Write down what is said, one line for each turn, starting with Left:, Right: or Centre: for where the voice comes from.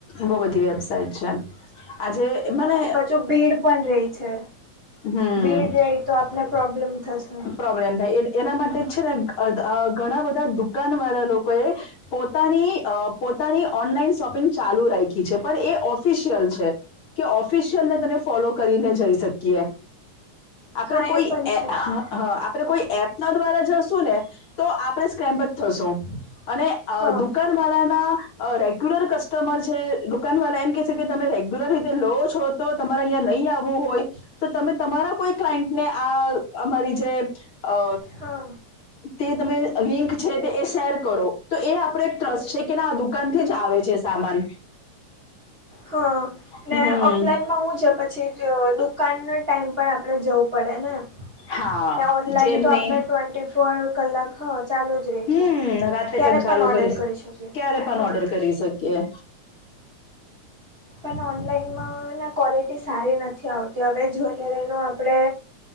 Left: બહુ બધી વેબસાાઈઇટ છે આજે મને
Right: જો ભીડ પણ રહી છે
Left: હમ્મ
Right: ભીડ રહી તો આપને પ્રોબ્લેમ થશે
Left: પ્રોબ્લેમ થાય એના માટે છે ને ઘણા બધા દુકાન વાળા લોકો એ પોતાની પોતાની ઓનલાઈન શોપિંગ ચાલુ રાઇખી છે પણ એ ઓફિશિયલ છે કે ઓફિશિયલને તને ફોલો કરીને જઈ શકીએ આપણે
Right: હા
Left: કોઈ
Right: એ પણ છે
Left: હા આપણે કોઈ એપ ના દ્વારા જશું ને તો આપણે સ્કેમ્પ જ થશું અને અ
Right: હા
Left: દુકાન વા ના રેગ્યુલર કસ્ટમર છે દુકાન વાળ એમ કે છે કે તમે રેગ્યુલર રીતે લો છો. તો તમારે અ્યાં નહીં આવવું હોય. તો તમે તમારા કોઈ ક્લાયન્ટને આ અમારી જે અ
Right: હા
Left: તે તમે લિંક છે તે એ શેર કરો તો એ આપડો એક ટ્રસ્ટ છે કે ના દુકાન થી જ આવે છે સામાન.
Right: હા
Left: હમ
Right: ને ઓફલાઈનમાં હું છે પછી જ દકાનના ટાઈમ પર આપણે જવું પડે ને,
Left: હા
Right: ને ઓનલાઈન
Left: જેમની
Right: તો આપણે ટ્વેન્ટી ફોર કલાક હ ચાલુ જ રહે
Left: હમ
Right: છે
Left: રાતે
Right: ક્યારે
Left: પણ ચાલુ
Right: ઓર્ડર
Left: કરીશ,
Right: કરી શકીએ
Left: ક્યારે પણ
Right: હા
Left: ઓર્ડર કરી શકીએ.
Right: પણ ઓનલાઈનમાં ક્વોલિટી સારી નથી આવતી હવે જ્વેલરીનું આપણે